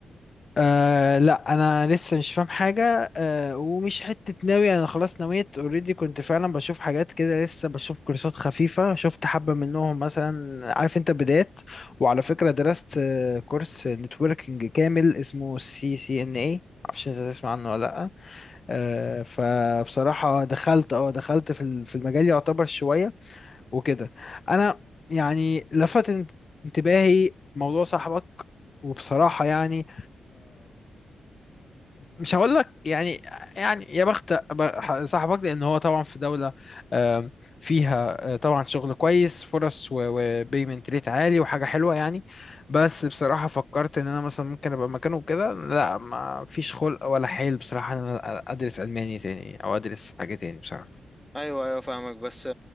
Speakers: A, on the left (about 40°); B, in the centre.
A: أه لا انا لسه مش فاهم حاجه أه ومش حته ناوي انا خلاص نويت اوريدي كنت فعلا بشوف حاجات كده لسه بشوف كورسات خفيفه شفت حبه منهم مثلا عارف انت بدايات وعلى فكره درست آه، كورس نتوركينج كامل اسمه سي سي ان اي معرفش انت تسمع عنه ولا لا أه فبصراحه دخلت اه دخلت في ال- في المجال يعتبر شويه وكده انا يعني لفت انت- انتباهي موضوع صاحبك وبصراحه يعني مش هقول لك يعني يعني يا بخت ب- صاحبك لان هو طبعا في دوله آم، فيها آه، طبعا شغل كويس فرص وبيمنت ريت عالي وحاجه حلوه يعني بس بصراحه فكرت ان انا مثلا ممكن ابقى مكانه كده لا ما فيش خلق ولا حيل بصراحه ان انا ادرس الماني تاني او ادرس حاجه تاني بصراحه
B: ايوه ايوه فاهمك بس